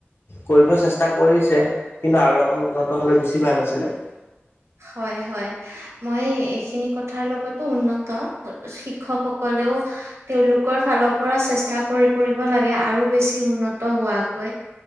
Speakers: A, on the left; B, on the right.
A: কৰিব চেষ্টা কৰিছে কিন্তু আৰু অকল উন্নত হলে বেছি ভাল আছিলে
B: হয় হয় মই এইখিনি কথাৰ লগতো উন্নত শিক্ষকসকলেও তেওঁলোকৰ ফালৰ পৰা চেষ্টা কৰি কৰিব লাগে আৰু বেছি উন্নত হোৱাকৈ